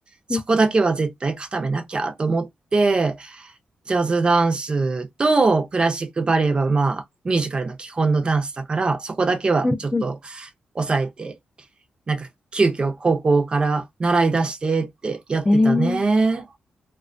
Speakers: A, on the right (about 35°); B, on the left (about 15°).
A: そこだけは絶対固めなきゃと思って、
B: うん、
A: ジャズダンスとクラシックバレエはまあ、ミュージカルの基本のダンスだから、そこだけはちょっと
B: うん、うん。
A: 抑えて、なんか急遽高校から習い出してってやってたね。
B: えー、す